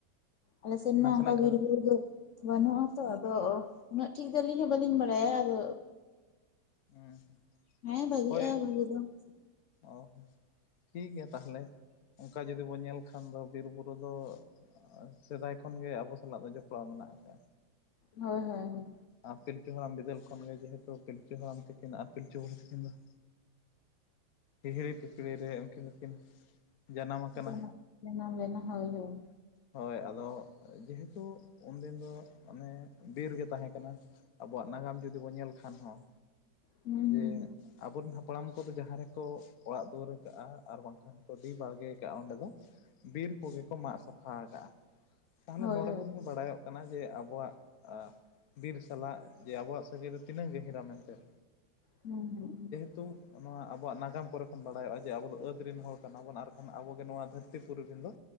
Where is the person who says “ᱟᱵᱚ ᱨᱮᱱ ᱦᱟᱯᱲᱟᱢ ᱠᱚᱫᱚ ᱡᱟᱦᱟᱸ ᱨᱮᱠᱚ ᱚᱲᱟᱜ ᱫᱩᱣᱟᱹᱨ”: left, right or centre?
Left